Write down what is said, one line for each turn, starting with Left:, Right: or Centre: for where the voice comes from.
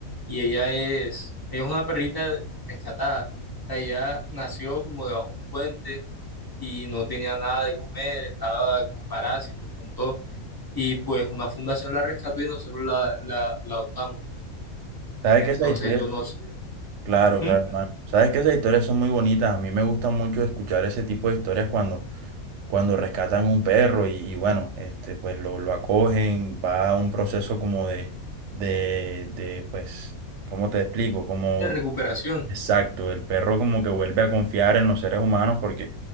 Left: y ella es, es una perrita rescatada. O sea, ella nació como debajo de un puente y no tenía nada de comer, estaba con parásitos, con todo. Y pues una fundación la rescató y nosotros la, la, la adoptamos.
Right: ¿Sabes
Left: Entonces
Right: que esas historias?
Left: Ah, yo no sé.
Right: Claro,
Left: ¿Mm?
Right: claro, hermano. ¿Sabes que esas historias son muy bonitas? A mí me gusta mucho escuchar ese tipo de historias cuando cuando rescatan un perro y, y bueno, este, pues lo, lo acogen, va a un proceso como de, de, de, pues, ¿cómo te explico? Como
Left: De recuperación.
Right: Exacto, el perro como que vuelve a confiar en los seres humanos porque